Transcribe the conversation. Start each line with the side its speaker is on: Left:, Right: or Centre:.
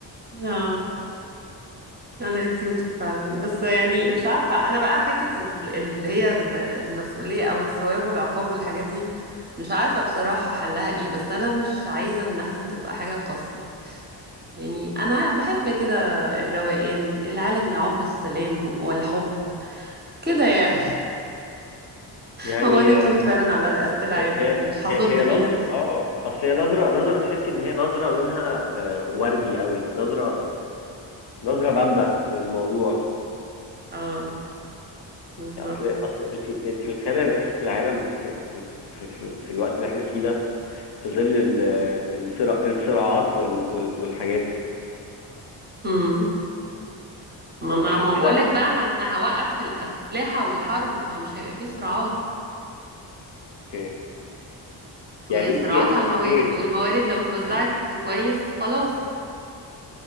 Right: آه، أنا كيوت فعلا بس يعني مش عارفة أنا بقى حتة ال- اللي هي ال- المسؤولية أو الثواب والعقاب والحاجات دي مش عارفة بصراحة حلها إيه بس أنا مش عايزة إنها تبقى حاجة قاسية يعني أنا بحب كده الروقان العالم يعم السلام والحب كده يعني <laughs>
Left: يعني
Right: هو أنا
Left: آه،
Right: كيوت فعلا على رئاسة العالم
Left: هي هي
Right: دي مش
Left: هي
Right: هصد
Left: هي
Right: فيها
Left: نظرة اه اصل هي نظرة نظرة تحسي ان هي نظرة لونها آه، وردي قوي نظرة نظرة بامبة للموضوع
Right: اه بالظبط
Left: اصل اصل انت انت متخيلة رئاسة العالم في في في في في الوقت اللي احنا فيه ده في ظل ال- الصرا- الصراعات وال- وال- والحاجات
Right: امم ما انا
Left: عشان
Right: ما
Left: كده
Right: بقول لك بقى ما انا هوقف الاسلحه والحرب فمش هيبقى فيه صراعات
Left: اوكي يعني
Right: هي الصراعات
Left: انت
Right: على
Left: اوكي
Right: الموارد والموارد لو اتوزعت
Left: بس هي-
Right: كويس خلاص